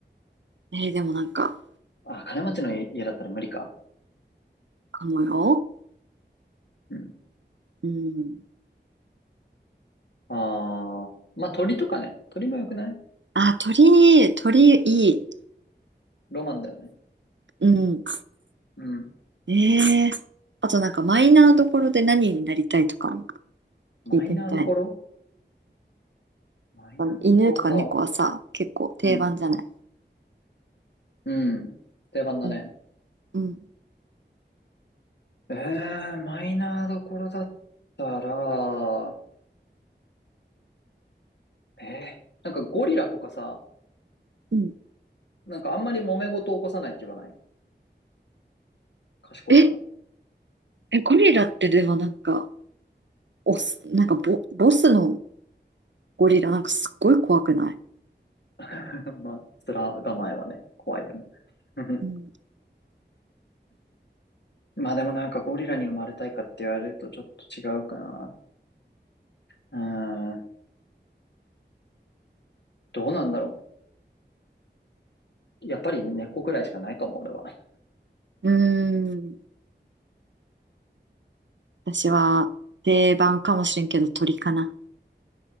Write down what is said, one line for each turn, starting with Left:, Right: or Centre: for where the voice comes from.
Right: えーでもなんか、
Left: あー、金持ちの家だったら無理か。
Right: かもよ。
Left: うん。
Right: うん。
Left: ああ、まあ、鳥とかね。鳥もよくない
Right: あー、鳥、鳥いい。
Left: ロマンだよね。
Right: うん。
Left: うん。
Right: ええあとなんかマイナーどころで何になりたいとかも
Left: マイナーどころ
Right: 聞いてみたいな。
Left: マイナーどころか。
Right: あの犬とか猫はさ、結構定番じゃない。
Left: うん。うん。定番だね。
Right: うん。うん。
Left: ええマイナーどころだったら、ええなんかゴリラとかさ、
Right: うん。
Left: なんかあんまり揉め事起こさないって言わない賢いから。
Right: え、え、ゴリラってでもなんか、オス、なんかボ、ボスのゴリラなんかすっごい怖くない
Left: <laughs> まあ、面構えはね、怖いよね。<laughs>
Right: うん。
Left: まあでもなんかゴリラに生まれたいかって言われるとちょっと違うかな。うーん。どうなんだろう。やっぱり猫ぐらいしかないかも、俺は。
Right: うーん。私は定番かもしれんけど鳥かな。